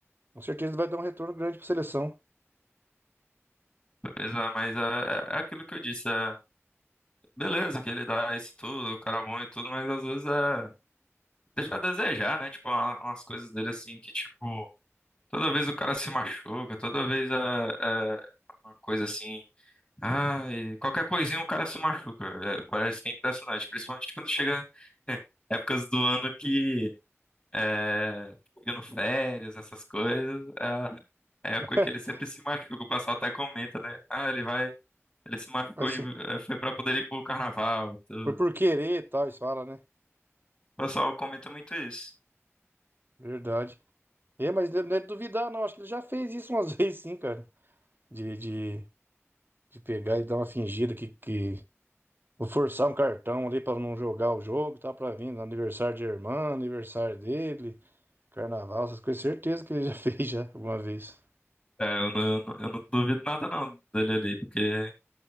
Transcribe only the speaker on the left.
Pois é, mas é, é é aquilo que eu disse, é, beleza que ele dá isso tudo, o cara é bom e tudo, mas às vezes é, deixa a desejar, né? Tipo, uma- umas coisas dele assim que, tipo, toda vez o cara se machuca, toda vez é, é uma coisa assim, ai, qualquer coisinha o cara se machuca. É, parece que é impressionante, principalmente quando chega <laughs> épocas do ano que é, chegando férias, essas coisas, é a é a época
que ele sempre se machuca, o pessoal até comenta, né? Ah, ele vai. Ele se machucou
de, eh, foi pra poder ir pro carnaval e tudo.
O pessoal comenta muito isso.
É, eu não, eu não eu não duvido nada não dele ali, porque